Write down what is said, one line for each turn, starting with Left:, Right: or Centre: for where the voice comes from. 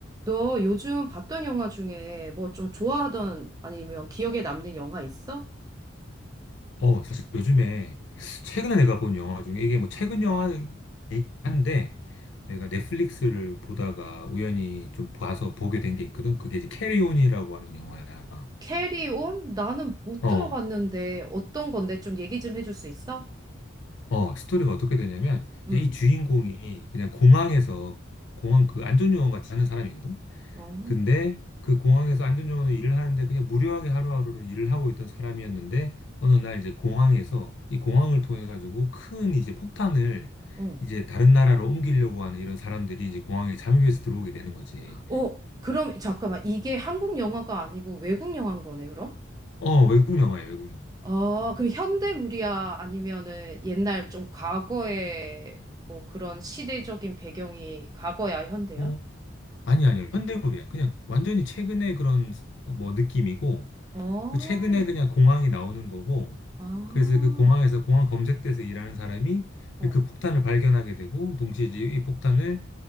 Right: 너 요즘 봤던 영화 중에 뭐 좀 좋아하던 아니면 기억에 남는 영화 있어?
Left: 어, 사실 요즘에 최근에 내가 본 영화 중에 이게 뭐 최근 영화이긴 한데 내가 넷플릭스를 보다가 우연히 좀 봐서 보게 된 게 있거든. 그게 이제 캐리온이라고 하는 영화야.
Right: 캐리온? 나는 못
Left: 어,
Right: 들어봤는데 어떤 건데 좀 얘기 좀 해줄 수 있어?
Left: 어, 스토리가 어떻게 되냐면
Right: 응.
Left: 이제 이 주인공이 그냥 공항에서 공항 그 안전요원 같이 하는 사람이거든.
Right: 어.
Left: 근데 그 공항에서 안전요원으로 일을 하는데 그냥 무료하게 하루하루를 일을 하고 있던 사람이었는데 어느 날 이제 공항에서 이 공항을 통해 가지고 큰 이제 폭탄을
Right: 응.
Left: 이제 다른 나라로 옮기려고 하는 이런 사람들이 이제 공항에 잠입해서 들어오게 되는 거지.
Right: 어, 그럼 잠깐만. 이게 한국 영화가 아니고 외국 영화인 거네, 그럼?
Left: 어, 외국 영화야, 외국 영화.
Right: 아, 그럼 현대물이야? 아니면은 옛날 좀 과거에 뭐 그런 시대적인 배경이 과거야, 현대야?
Left: 어, 아니 야 아니야. 아니야. 현대물이야. 그냥 완전히 최근에 그런 뭐 느낌이고
Right: 어.
Left: 그 최근에 그냥 공항이 나오는 거고
Right: 아.
Left: 그래서 그 공항에서 공항 검색대에서 일하는 사람이
Right: 어.
Left: 그 폭탄을 발견하게 되고 동시에 이제 이 폭탄을